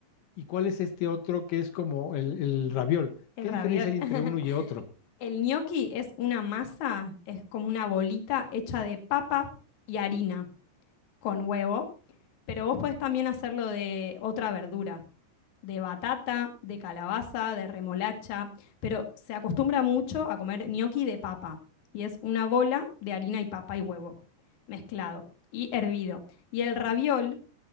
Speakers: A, on the left (about 75°); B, on the left (about 50°).
A: y cuál es este otro que es como el, el raviol.
B: El
A: ¿Qué
B: raviol.
A: diferencia hay
B: <laughs>
A: entre uno y otro?
B: El gnocchi es una masa, es como una bolita hecha de papa y harina con huevo, pero vos podés también hacerlo de otra verdura, de batata, de calabaza, de remolacha, pero se acostumbra mucho a comer gnocchi de papa y es una bola de harina y papa y huevo mezclado y hervido. Y el raviol